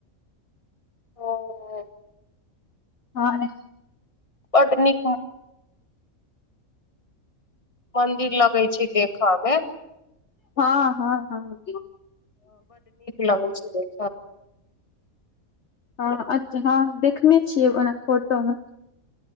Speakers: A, on the left (about 25°); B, on the left (about 55°).
A: ओ
B: हँ
A: बड नीक मंदिर लगै छै देख मे
B: हँ हँ हँ
A: लगै छै देख
B: हँ अच्छा हँ देखने छियै ओना फोटो मे